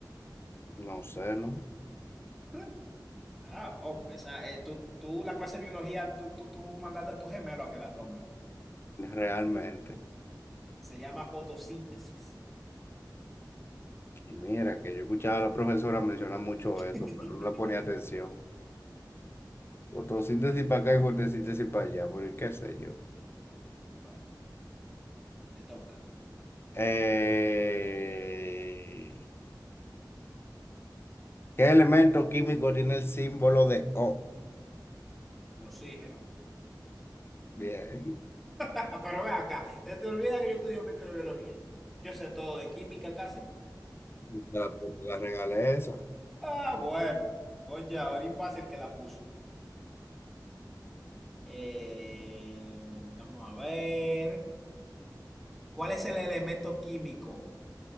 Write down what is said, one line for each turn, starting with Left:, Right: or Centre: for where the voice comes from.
Left: No sé, ¿no?
Centre: <laughs> Ah, hombre, esa, eh, tú, tú la clase de biología, tú, tú, tú mandaste a tu gemelo a que la tome. fa.
Left: Realmente.
Centre: Se llama fotosíntesis.
Left: Y mira, que yo escuchaba a la profesora mencionar mucho
Centre: <laughs>
Left: eso, pero no la ponía atención. Fotosíntesis para acá y fotosíntesis para allá, pero qué sé yo.
Centre: Bueno, te toca.
Left: Eh, ¿qué elemento químico tiene el símbolo de O?
Centre: El oxígeno.
Left: Bien,
Centre: Ah, pero ve acá, se te olvida que yo estudio microbiología. Yo sé todo de química casi.
Left: la, la regalé esa.
Centre: Ah, bueno. Oye, ahora es fácil que la puso. Eh, vamos a ver. ¿Cuál es el elemento químico?